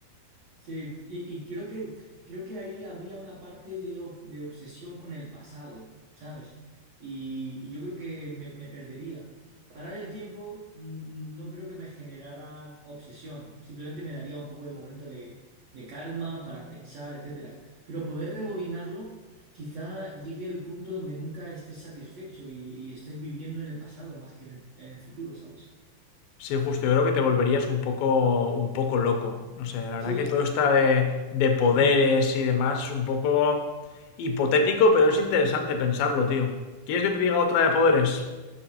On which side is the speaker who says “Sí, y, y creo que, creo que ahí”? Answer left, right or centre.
Right